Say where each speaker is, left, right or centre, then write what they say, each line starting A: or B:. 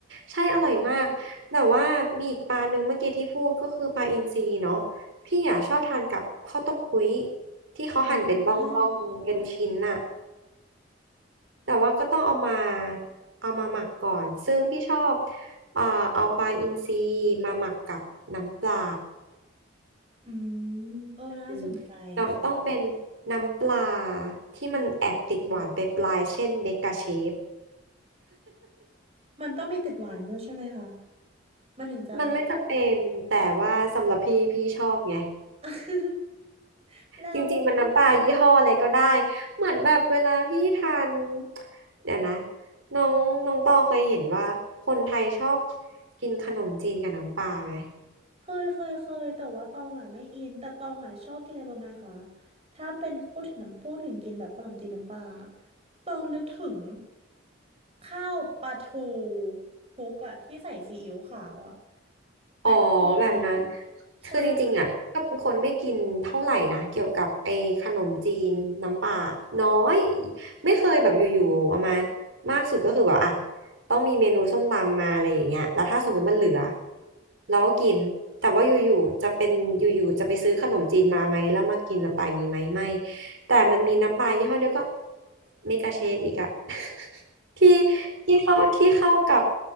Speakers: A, on the right; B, on the right.
A: ใช่อร่อยมากแต่ว่ามีอีกปลาหนึ่งเมื่อกี้ที่พูดก็คือปลาอินทรีเนาะพี่อ่ะชอบทานกับข้าวต้มปุ้ยที่เขาหั่นเป็นบ้องๆเป็นชิ้นน่ะ
B: อ่า
A: แต่ว่าก็ต้องเอามาเอามาหมักก่อนซึ่งพี่ชอบเอ่อเอาปลาอินทรีมาหมักกับน้ำปลา
B: อืมเออน่าสนใจค่ะ
A: อืมเราต้องเป็นน้ำปลาที่มันแอบติดหวานไปปลายเช่นเดกาเชฟ
B: มันต้องมีติดหวานด้วยใช่ไหมคะ มันถึงจะอร่อย
A: มันไม่จำเป็นแต่ว่าสำหรับพี่พี่ชอบไง
B: <laughs> แล้ว
A: จริงๆ มันน้ำปลายี่ห้ออะไรก็ได้ เหมือนแบบเวลาพี่ทาน เดี๋ยวนะน้องน้องตองเคยเห็นว่าคนไทยชอบกินขนมจีนกับน้ำปลาไหม
B: เคยเคยเคยแต่ว่าตองอ่ะไม่อินแต่ตองอ่ะชอบกินอะไรรู้ไหมคะ ถ้าเป็นพูดถึงน้ำพูดถึงกินแบบขนมจีนน้ำปลาตองนึกถึงข้าวปลาทูคลุกอ่ะที่ใส่ซีอิ๊วขาวอ่ะแม็กกี้อะไรอย่างเงี้ย
A: อ๋อแบบนั้นคือจริงๆอ่ะก็เป็นคนไม่กินเท่าไหร่นะเกี่ยวกับไอ้ขนมจีนน้ำปลาน้อย
B: ใช่
A: ไม่เคยแบบอยู่ๆประมาณมากสุดก็คือแบบอ่ะต้องมีเมนูส้มตำมาอะไรอย่างเงี้ยแล้วถ้าสมมติมันเหลือเราก็กินแต่ว่าอยู่ๆจะเป็นอยู่ๆจะไปซื้อขนมจีนมาไหมแล้วมากินน้ำปลาอย่างงี้ไหมไม่แต่มันมีน้ำปลายี่ห้อเดียวก็เมกาเชฟอีกอะ ที่ที่เข้าที่เข้ากับ